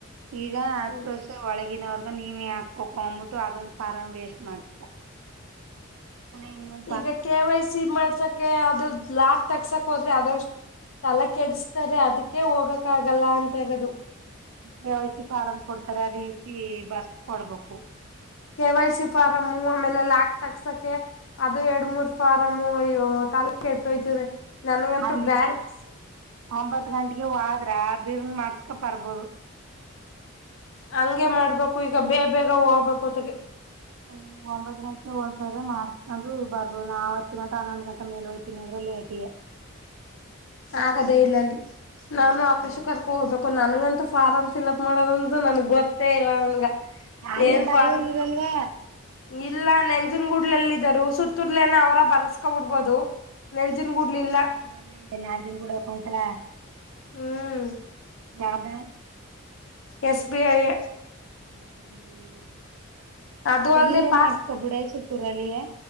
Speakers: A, on the right (about 80°); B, on the left (about 65°).
A: ಈಗ ಹತ್ತು
B: ಹ್ಮ್
A: ವರ್ಷ ಒಳಗೆ ಈಗಿನವರ್ಗ ನೀವೇ ಹಾಕ್ಕೋ ಅಂದಬಿಟ್ಟು ಅದೊಂದ್ ಫಾರಂ ವೇಸ್ಟ್ ಮಾಡ್ಸ್ತ ಮ ಇ <unintelligible>
B: ಈಗ ಕೆ ವೈ ಸಿ ಮಾಡ್ಸಕೆ ಅದು ಬ್ಲ್ಯಾಕ್ ತಗ್ಸಕ್ ಹೋದ್ರಿ ಅದ ತಲೆ ಕೆಡಿಸತಾರೆ ಅದಕ್ಕೆ ಹೋಗಕ್ ಆಗಲ್ಲ ಅಂತ ಹರೋದು
A: ಕೆ ವಯ್ಸಿ ಫಾರಮ್ ಕೊಡ್ತಾರೆ ರೆಸಿ ಬರ್ಸ್ ಕೊಡ್ಬೇಕು
B: ಕೆವೈ ಶಿಫಾರಂ ಆ ಮೇಲೆ ಲ್ಲಾಕ್ ತಕ್ಸಕೆ ಅದು ಎರಡ್ ಮೂರ್ ಫಾರಮು ಅಯ್ಯೋ ತಾಲಕ ಎಟ್ಟೋಯ್ತದೆ ನನ್ಗಂತೂ
A: ಅಲ್ಲಿ
B: ಬ್ಯಾಂಕ್ಸ
A: ಒಂಬತ್ ಗಂಟೆಗೆ ಹೋದ್ರ ಬೀರ್ನ್ ಮಾಡ್ಸ್ಕೊ ಬರ್ಬೋದು
B: ಹಂಗೆ ಮಾಡ್ಬೇಕು ಈಗ ಬೇ ಬೇಗ ಹೋಗ್ಬೇಕು ಹೊತೆಗೆ
A: ಹ್ಮ ಒಂಬತ್ ಗಂಟೆಗೆ ಹೋಗ್ರ ಮಾರ್ಸ್ಕೊಂಡು ಬರ್ಬೋದು ಆ ವತ್ ಗಂಟಾ ಹನ್ನೊಂದು ಗಂಟ ಮೇಲೆ ಹಯ್ತೀನಿ ಅಂದ್ರೆ ಲೇಟಿಗೆ
B: ಆಗದೇ ಇಲ್ಲಲ್ಲಿ
A: ಹ್ಮ್
B: ನಾನು ಆಕಾಶ ಕರ್ಕ ಹೋಗ್ಬೇಕು ನನ್ಗಂತು ಫಾರಮ್ ಫಿಲ್ಅಪ್ ಮಾಡದಂದು ನನ್ಗ್ ಗೊತ್ತೇ ಇಲ್ಲ ನನ್ಗ.
A: ಅಲ್ಲಿ
B: ಏನ್
A: ಬರಿಯವರಿರಲ್ಲ.
B: ಫಾರಂ ಇಲ್ಲ ನೆಂಜನ್ಗುಡ್ಲಲ್ಲಿ ಇದರು ಹುಸುತ್ತೂರ್ಲೆನ ಅವರ ಬರಸ್ಕೊಬ ಬಿಡ್ಬೋದು. ನೆಂಜನ್ ಕೂಡ್ಲಿಲ್ಲ.
A: ಬುಡಲೇ ನಾಜನ್ ಗೂಡಕಂಟ್ರ
B: ಹ್ಮ್
A: ಯಾವ್ದ.
B: S B I A.
A: S B I
B: ಅದು
A: ಅತ್ತ
B: ಅಲ್ಲದೆ
A: ಇಲ್ಲೆ
B: ಪಾಸ್
A: ಮಾಡ್ಸಕಬುಡೆ ಸುತ್ತರಲ್ಲಿ.